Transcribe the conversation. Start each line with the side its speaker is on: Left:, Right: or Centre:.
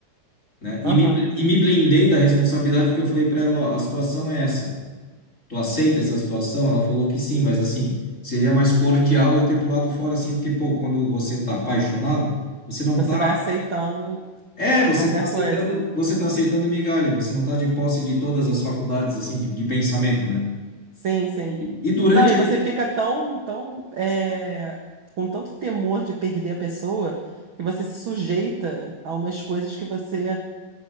Left: né? E
Right: aham.
Left: me, e me blindei da responsabilidade, porque eu falei para ela, ó, a situação é essa. Tu aceita essa situação? Ela falou que sim, mas assim, seria mais cordial eu ter pulado fora, assim, porque, pô, quando você tá apaixonado, você não
Right: Você
Left: tá
Right: vai aceitando
Left: é, você
Right: qualquer
Left: está aceitando,
Right: coisa.
Left: você tá aceitando migalha, você não está de posse de todas as faculdades assim de, de pensamento, né?
Right: Sim, sim.
Left: E, e durante
Right: Não, e
Left: aquele.
Right: você fica tão, tão, é, com tanto temor de perder a pessoa que você se sujeita a umas coisas que você